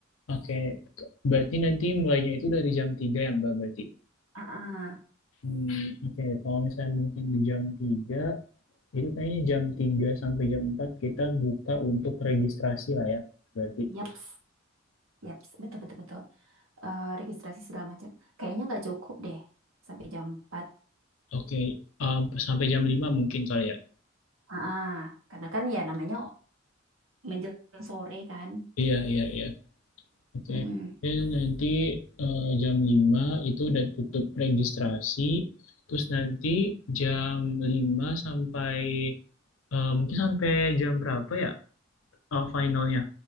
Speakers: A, on the left; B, on the right.
A: oke. Berarti nanti mulainya itu dari jam 3 ya, Mbak, berarti.
B: Ah,
A: Hmm, oke, Kalau misalnya mungkin di jam 3 itu kayaknya jam 3 sampai jam 4 kita buka untuk registrasi lah ya, berarti.
B: yaps, yaps, betul betul betul. Eh, registrasi segala macam. Kayaknya nggak cukup deh sampai jam 4.
A: Oke, um, sampai jam 5 mungkin kali ya.
B: Ah, karena kan ya namanya menjelang sore kan.
A: Iya, iya, iya. Oke,
B: Mm-mm.
A: Jadi nanti eh, jam 5 itu udah tutup registrasi, terus nanti jam 5 sampai eh, mungkin sampai jam berapa ya eh, finalnya?